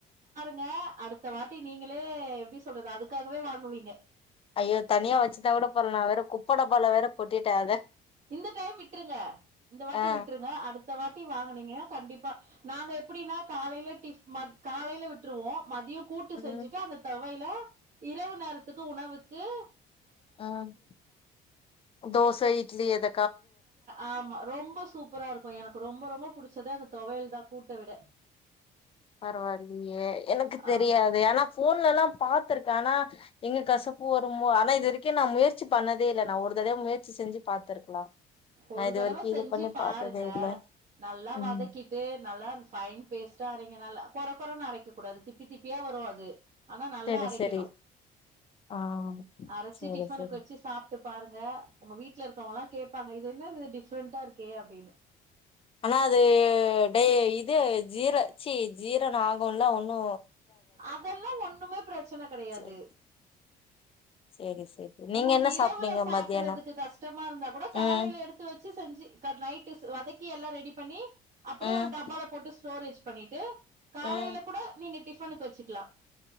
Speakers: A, on the right; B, on the left.
A: ங்க அடுத்த வாட்டி நீங்களே எப்படி சொல்றது அதுக்காகவே வாங்குவீங்க.
B: ஐயோ தனியா வச்சுருந்தா கூட பரவலா நான் வேற குப்பை டப்பாளா வேற கொட்டிட்டேன் அத.
A: இந்த டைம் விட்டுருங்க இந்த வாட்டி
B: ஆ
A: விட்டுருங்க அடுத். இந்தவாட்டி வாங்கனீங்க கண்டிப்பா நாங்க எப்படின்னா காலையில டி காலைல விட்டுருவோம் மதியம். கூட்டு
B: ம்
A: செஞ்சுட்டு அந்த ஹலோ. இரவு நேரத்துக்கு உணவு. கே.
B: உஹம் தோசை இட்லி ஏத.
A: ஆமா ரொம்ப சூப்பரா இருக்கும் எனக்கு ரொம்ப ரொம்ப புடிச்சது அந்த. துவையல் தான் கூட்ட விட.
B: பரவால. எனக்கு தெரியாது
A: ஆமா
B: ஆனா போன்லல்லாம் பா்த்திருக்கேன் ஆனா எங்க கசப்பு வரும்மோ ஆனா இது வரைக்கும் நான் முயற்சி பண்ண. இல்ல நான் ஒரு தடவை முயற்சி செஞ்சு. பாத்துருக்கலா
A: ஒரு
B: நா இது
A: தடவ
B: வரைக்கு
A: செஞ்சி
B: இது பண்ணி
A: பாருங்க
B: பாத்ததே இல்ல
A: நல்லா
B: ம்
A: வதக்கிட்டு நல்லா ஃபைன் பேஸ்ட்டா அரைக் நல்லா கொற கொறனு அரைக்க கூடாது திப்பி தப்பியா வரும் அது. ஆனா நல்லா
B: சரி
A: அரைக்கணும்
B: சரி ஆ
A: அரைச்சு
B: சரி
A: டிஃபனுக்கு
B: சரி
A: வச்சு சாப்பிட்டு. பாருங்க உங்க வீட்ல இருக்க. அவங்கலா கேப்பாங்க இது என்னது டிஃப்ரெண்டா இருக்கே அப்படின்னு.
B: ஆனா அது டேஇது ஜீரச்சி ஜீர ந ஆகும்ல ஒண்ணு.
A: அதெல்லாம் ஒண்ணுமே பிரச்சனை கெடையாது.
B: சரி சரி சரி. நீங்க
A: உங்களுக்கு
B: என்ன
A: இரவுல
B: சாப்ட்டீங்க
A: சாப்பறதுக்கு
B: மத்தியானம்
A: கஷ்டமா இருந்தா கூட காலையில
B: ம்
A: எடுத்து வச்சி செஞ்சி. க நைட்டு செ வதக்கி எல்லா ரெடி பண்ணி. அப்படியே
B: ம்
A: ஒரு டப்பால போட்டு ஸ்டோரேஜ் பண்ணிகிட்டு காலையில
B: ம்
A: கூட நீங்க டிஃபனுக்கு வச்சிக்கலாம்